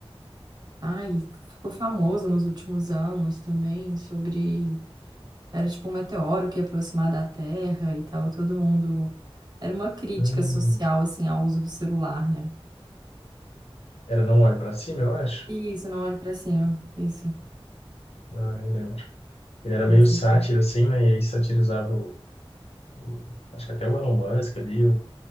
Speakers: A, on the right; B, on the left.
A: Ai, ficou famoso nos últimos anos também, sobre... Era tipo um meteoro que ia aproximar da Terra e tal, todo mundo... Era uma crítica
B: Hum,
A: social, assim, ao uso do celular, né?
B: Era Não Olhe Pra Cima, eu acho.
A: Isso, não olhe pra cima. Isso.
B: Ah, eu lembro. Ele era
A: Não
B: meio
A: sei
B: sátiro,
A: se.
B: assim, né? E aí satirizava o, o- acho que até o Elon Musk ali, o-